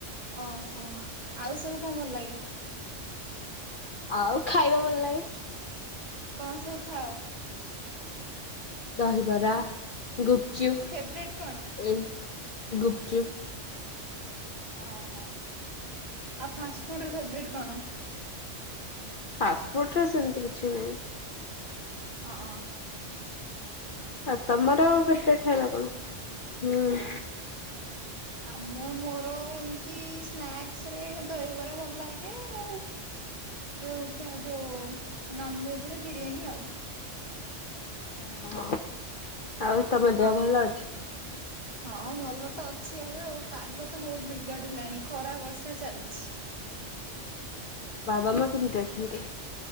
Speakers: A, on the right; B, on the left.
A: ଓହୋ ଆଉ ସବୁ କଣ ଭଲ ଲାଗେ?
B: ଆଉ ଖାଇବା ଭଲ ଲାଗେ।
A: କଣ ସବୁ ଖାଅ?
B: ଦହିବରା ଗୁପଚୁପ୍।
A: ଫେବରେଟ୍ କଣ?
B: ଏ ଗୁପଚୁପ୍।
A: ଓହୋ ଆଉ ଫାଷ୍ଟଫୁଡର ଫେବରଟ କଣ?
B: ଫାଷ୍ଟଫୁଡ଼ର ସେମିତି କିଛି ନାହିଁ।
A: ଓହୋ।
B: ଆଉ ତମର ଫେବରେଟ ଖାଇବା କଣ ହୁଁ।
A: ମୁ ମୋର ଏମତି ସ୍ନାକ୍ସରେ ଦହିବରା ଭଲ ଲାଗେ ଆଉ ଓ ଫେ ଯୋଉ ନନଭେଜ ରେ ବିରିୟାନୀ ଆଉ
B: <unintelligible> ଆଉ ତମ
A: ହଁ।
B: ଦେହ ଭଲ ଅଛି?
A: ହଁ ଭଲ ତ ଅଛି ଏବେ ଆଉ ପାଗ ତ ବହୁତ ବିଗାଡିଲାଣି ଖରା ବର୍ଷା ଚାଲିଛି।
B: ବାବା ମା କେମିତି ଅଛନ୍ତି?